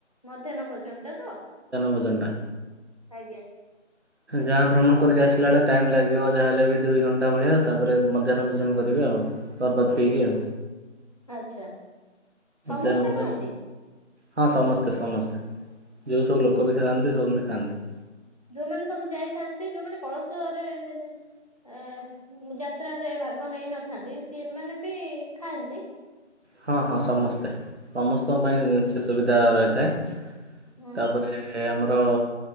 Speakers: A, on the left; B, on the right.
A: ମଧ୍ୟାହ୍ନ ଭୋଜନ ଟା ତ
B: ଭୋଜନଟା
A: ଆଜ୍ଞା।
B: ଗାଁ ଭ୍ରମଣ କରିକି ଆସିଲା ବେଳେ ଟାଇମ୍ ଲାଗିବ ଯାହାହଲେ ବି ଦୁଇ ଘଣ୍ଟା ଭଳିଆ ତାପରେ ମଧ୍ୟାହ୍ନ ଭୋଜନ କରିବେ ଆଉ। ସ ବାତ ପକି ଆଉ
A: ଆଚ୍ଛା। ସମସ୍ତେ
B: ଦେ ନ ଭଜନ।
A: ଖାଆନ୍ତି
B: ହଁ ସମସ୍ତେ ସମସ୍ତେ ଯେଉଁ ସବୁ ଲୋକ ବି ଖାଆନ୍ତି ସମସ୍ତେ ଖାଆନ୍ତି।
A: ଯୋଉମାନେ ସବୁ ଯାଇଥାନ୍ତି ଯୋଉମାନେ କଳସରେ ଏ ଯାତ୍ରାରେ ଭାଗ ନେଇ ନଥାନ୍ତି ସେମାନେ ବି ଖାଆନ୍ତି।
B: ହଁ ହଁ ସମସ୍ତେ ସମସ୍ତଙ୍କ ପାଇଁ ସେ ସୁବିଧା ରହିଛି। ଥାଏ
A: ହୁଁ
B: ତାପରେ ଆମର